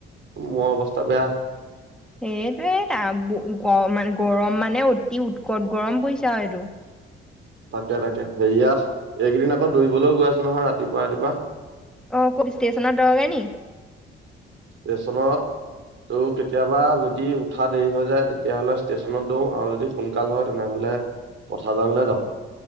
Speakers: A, on the right; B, in the centre.
A: মোৰ অৱস্থা বেয়া।
B: সেইটোৱেই <unintelligible> গৰম মানে অতি উৎকট গৰম পৰিছা আৰু এইটো।
A: তাকে তাকে সে ইয়াত এইকেইদিন আকৌ দৌৰিবলৈও গৈ আছো নহয় ৰাতিপুৱা ৰাতিপুৱা।
B: অ 'কত ষ্টেশচন দৌৰগে নেকি।
A: ষ্টেচনত। ত' কেতিয়াবা যদি উঠা দেৰি হৈ যায় তেতিয়াহলে ষ্টেচনত দৌ আৰু যদি সোনকাল হয় তেনেহলে কথা জানিলে যাওক